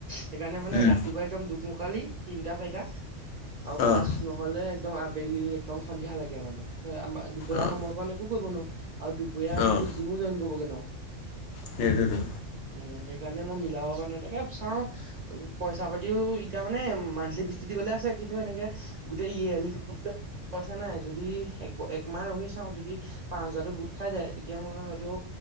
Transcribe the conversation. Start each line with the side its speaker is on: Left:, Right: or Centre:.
Right: সেইকাৰণে মানে
Left: উম,
Right: ৰাতিপুৱা একদম দুকমুক কালি তিনিটা চাৰিটা আৰু প্লাছ
Left: অ',
Right: নহ'লে একদম আবেলি একদম সন্ধিয়া লাগে মানে। আমাৰ দুপৰীয়া
Left: অ',
Right: সময়ৰ কাৰণে একো কৰিব নোৱাৰো। আৰু দুপৰীয়া মইতো
Left: অ',
Right: জিমো জইন কৰিবগে নোৱাৰো।
Left: সেইটোৱেতো।
Right: উম সেইকাৰণে মই মিলাব কাৰনে তাকে চাও উ পইচা পাতিও এতিয়া মানে মান্থলি ফিজটো দিবলে আছে কিন্তু এনেকে গোটেই এই হেলিকপ্টাৰ পইচা নাই যদি এক একমাহ ৰৈ চাও যদি পাঁচ হাজাৰটো গোট খাই যায় তেতিয়া মই হয়তো